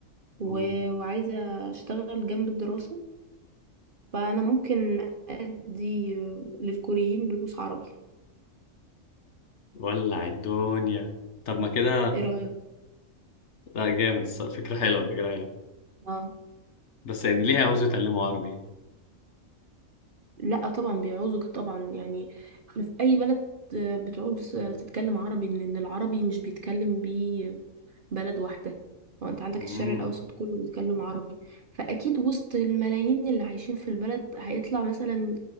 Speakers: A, on the right; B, on the left.
A: و...
B: مم.
A: وعايزه اشتغل جنب الدراسه فانا ممكن ادي للكوريين دروس عربي
B: ولع الدنيا طب ما كده
A: ايه رايك
B: لا جامد الصراحة، فكره حلوه فكره حلوه
A: اه
B: بس يعني ليه عاوز يتعلموا عربي
A: لا طبعا بيعوزك طبعا يعني في اي بلد آه، بتعوز آه، تتكلم عربي لان العربي مش بيتكلم بيه بلد واحدة وانت عندك
B: امم
A: الشرق الأوسط كله بيتكلم عربي فأكيد وسط الملايين اللي عايشين في البلد هيطلع مثلا